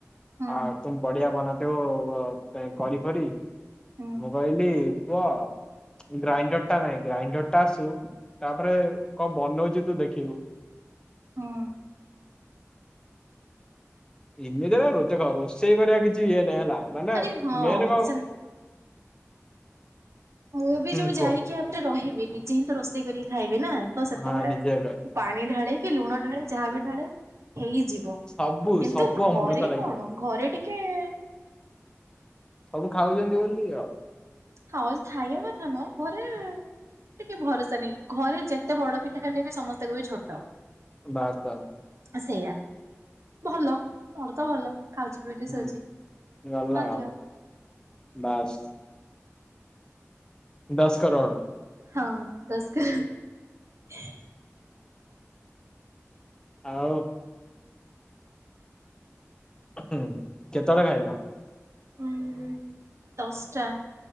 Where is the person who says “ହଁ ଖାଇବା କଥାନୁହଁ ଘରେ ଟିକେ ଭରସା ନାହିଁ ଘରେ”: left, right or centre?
Right